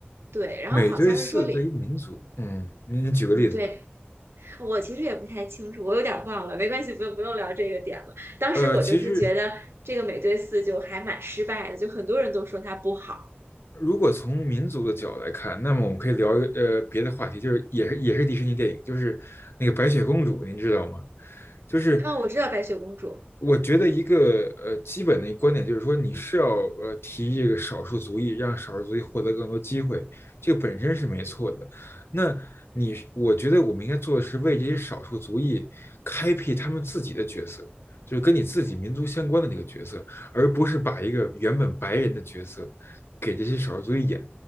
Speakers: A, on the right; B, on the left.
A: 对，然后好像是说里，
B: 美队四对于民族，嗯，您您举个例子，
A: 嗯，对，我其实也不太清楚，我有点忘了，没关系，不用不用聊这个点了。当时我就是觉得这个美队四就还蛮失败的，
B: 呃，其实
A: 就很多人都说它不好。
B: 如果从民族的角度来看，那么我们可以聊一个呃别的话题，就是也是也是迪士尼电影，就是那个白雪公主，您知道吗？就是
A: 啊，我知道白雪公主，
B: 我觉得一个呃基本的观点就是说，你是要呃提这个少数族裔，让少数族裔获得更多机会，这个本身是没错的。那你我觉得我们应该做的是为这些少数族裔开辟他们自己的角色，就是跟你自己民族相关的那个角色，而不是把一个原本白人的角色。给这些少数族裔演，